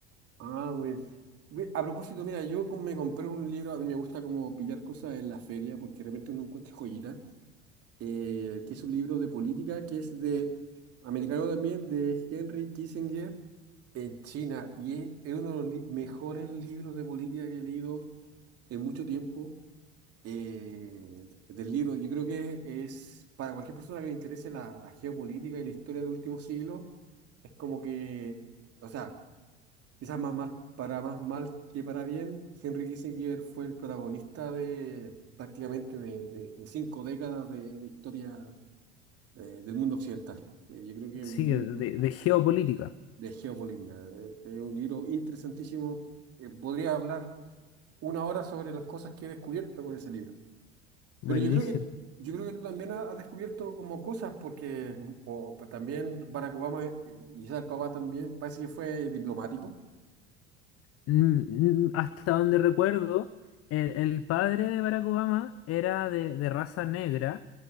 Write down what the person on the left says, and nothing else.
Sí,
de de geopolítica.
Buenísimo.
Mm, mm, Hasta donde recuerdo, el, el padre de Barack Obama era de, de raza negra